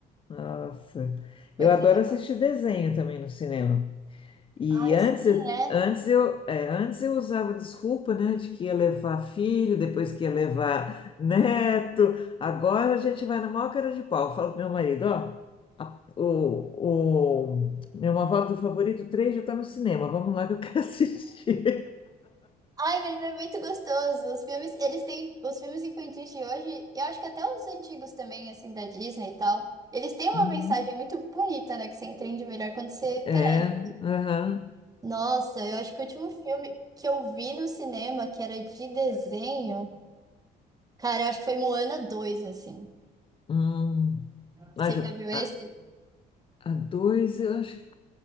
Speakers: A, on the left; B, on the right.
A: nossa.
B: Foi
A: Eu
B: bem
A: adoro
B: legal.
A: assistir desenho também no cinema. E
B: Ai,
A: antes,
B: sim, né?
A: antes eu, é, antes eu usava desculpa, né, de que ia levar filho, depois que ia levar neto. Agora a gente vai na maior cara de pau. Eu falo pro meu marido, ó, a- o, o meu avó do Favorito três já tá no cinema. Vamos lá que eu quero <laughs> assistir.
B: Ai, mas é muito gostoso. Os filmes, eles têm, os filmes infantis de hoje, eu acho que até os antigos também, assim, da Disney e tal, eles têm uma
A: Hum,
B: mensagem muito bonita, né, que você entende melhor quando você cresce.
A: É, aham.
B: Nossa, eu acho que o último filme que eu vi no cinema, que era de desenho, cara, eu acho que foi Moana dois, assim.
A: Hum.
B: Você
A: Ah, já,
B: já viu esse?
A: a, a dois, eu acho. que-